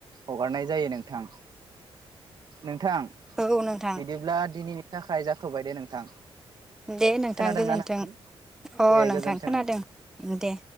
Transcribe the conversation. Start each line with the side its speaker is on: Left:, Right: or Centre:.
Right: हगारनाय जायो नोंथां नोंथां। <inaudible>
Centre: औ नोंथां
Right: बिदिब्ला दिनैनि। थाखाय जाथ'बाय दे नोंथां।
Centre: दे नोंथां
Right: खोनादोंना
Centre: गोजोन्थों
Right: नोंथां
Centre: अ
Right: दे
Centre: नोंथां
Right: गोजोन्थों
Centre: खोनादों दे।